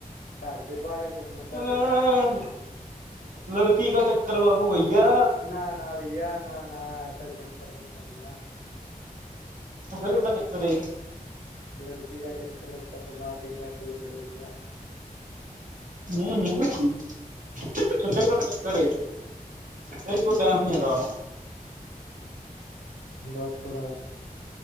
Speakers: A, on the left (about 80°); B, on the right (about 60°).
A: ਘਰ ਦੇ ਬਾਹਰ ਘੁੰਮਣ ਦਾ
B: ਅ
A: ਵੀ ਟਾਇਮ
B: ਲੜਕੀ ਕਾ ਚੱਕਰ ਬਾਬੂ ਬਈਆ
A: ਨਾ ਨਾ ਬਈਆ ਨਾ- ਨਾ ਐਸਾ ਚੱਕਰ ਨਹੀਂ ਬਈਆ
B: ਫਿਰ ਉਹਨਾਂ ਗਰ ਚੱਲੇ।
A: ਲੜਕੀ ਕਾ ਚੱਕਰ ਹੋਤਾ ਤੋ ਬਾਤ ਹੀ ਕਿਆ ਥੀ ਬੜੇ ਬਈਆ।
B: ਹੁੳ - ਹੁੳ ਥੋੜਾਂ - ਥੋੜਾ। <unintelligible> ਘਰੇ ਮੇਰੇ ਕੋਲ ਟਾਈਮ ਨੀ ਹੈਗਾ।
A: ਬਸ ਥੋੜ੍ਹਾ